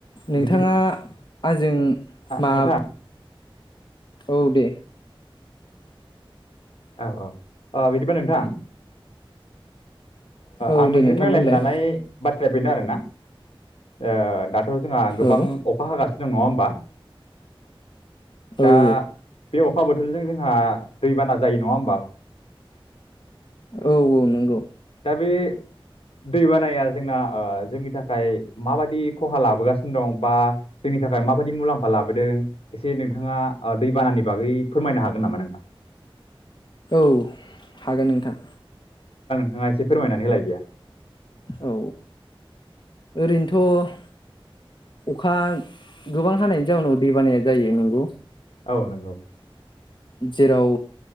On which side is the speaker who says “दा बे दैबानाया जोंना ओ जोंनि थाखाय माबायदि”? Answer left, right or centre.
Left